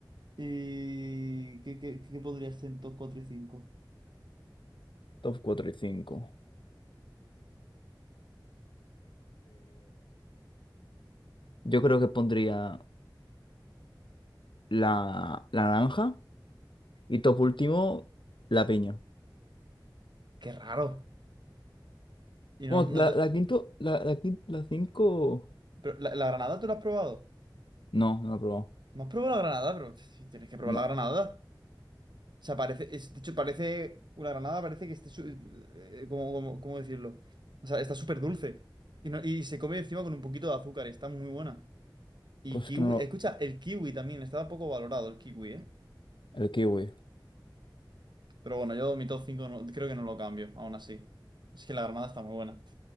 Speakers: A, on the right (about 65°); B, on the left (about 75°).
A: ¿Y qué, qué, qué podría ser en top 4 y cinco.
B: Top 4 y 5. yo creo que pondría la, la naranja. Y top último, la piña.
A: Qué raro. Y no,
B: Bueno,
A: no
B: la,
A: te...
B: la quinto, la, la, quin- la cinco.
A: Pero, ¿la, la granada tú la has probado?
B: No, no la he probado.
A: No has probado la granada, pero t- tienes que probar
B: No,
A: la granada. O sea, parece, es- de hecho, parece, una granada parece que esté, su- eh, ¿cómo, cómo- cómo decirlo? O sea, está súper dulce. Y, no- y se come encima con un poquito de azúcar, está muy buena. Y
B: pues
A: kiwi,
B: es que no lo.
A: escucha, el kiwi también, está poco valorado el kiwi, ¿eh?
B: El kiwi.
A: Pero bueno, yo mi top 5 no, creo que no lo cambio, aún así. Es que la granada está muy buena.